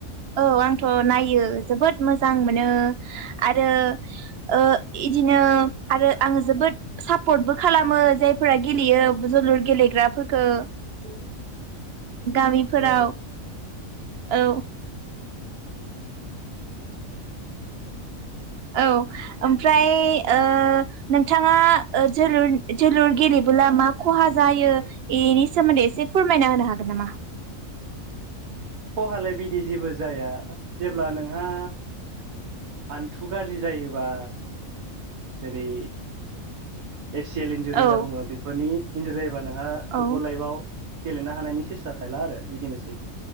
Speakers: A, on the right (about 60°); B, on the right (about 80°).
A: औ। आंथ' नायो जोबोद मोजां मोनो आरो ओ इदिनो ओ आरो आङो जोबोद सापर्टबो खालामो जायफोरा गेलेयो जोलुर गेलेग्राफोरखौ
B: <inaudible>
A: गामिफोराव
B: औ
A: औ। औ ओमफ्राय ओ नोंथाङा ओ जोलुर जोलुर गेले बोला मा खहा जायो इनि सोमोन्दै एसे फोरमायना होनो हागोन नामा?
B: <inaudible> खहालाय बिदि जेबो जाया जेब्ला नोंहा आन्थु गाज्रि जायोबा जेरै ए सि एल इन्जुरि
A: औ
B: होनना बुङो बेफोरनि इन्जुरि जायोबा नोंहा फुटबल
A: औ
B: लाइभआव गेलेनो हानायनि सेस्था थाहैला आरो बिदिनोसै।